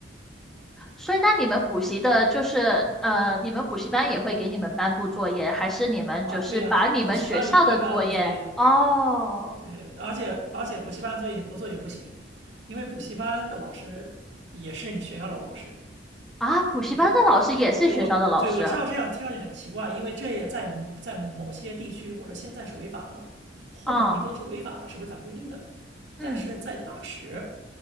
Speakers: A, in the centre; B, on the right (about 70°).
A: 所以，那你们补习的，就是呃，你们补习班也会给你们颁布作业，还是你们就是把你们学校的作业？
B: 啊。对呀、补习班也会颁布作业，
A: 哦，
B: 对，而且而且补习班作业你不做也不行，因为补习班的老师也是你学校的老师，
A: 啊，补习班的老师也是学校的老师啊，
B: 只不，对我我对我知道这样听上去很奇怪，因为这也在在某些地区或者现在是违法的吧，或者说你不能说违法吧，
A: 哦
B: 是违反规定的，
A: 嗯，
B: 但是在当时